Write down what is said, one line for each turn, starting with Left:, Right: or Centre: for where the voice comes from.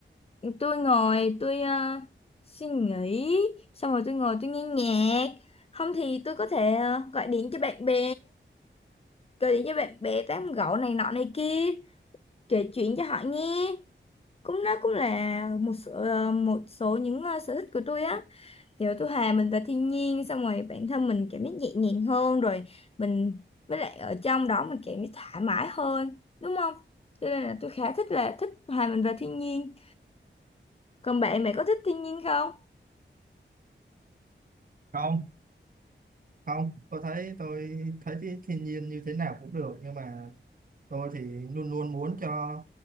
Left: tôi ngồi tôi ờ, suy nghĩ xong rồi tôi ngồi tôi nghe nhạc không thì tôi có thể ờ, gọi điện cho bạn bè gọi điện cho bạn bè tám gẫu này nọ này kia kể chuyện cho họ nghe cũng nó cũng là một số, ờ, một số những ờ, sở thích của tôi á kiểu tôi hòa mình vào thiên nhiên xong rồi bản thân mình cảm giác nhẹ nhàng hơn rồi mình với lại ở trong đó mình cảm giác thoải mái hơn đúng không cho nên là tôi khá thích là thích hòa mình vào thiên nhiên còn bạn bạn có thích thiên nhiên không
Right: không không tôi thấy tôi thấy cái thiên nhiên như thế nào cũng được nhưng mà tôi thì luôn luôn muốn cho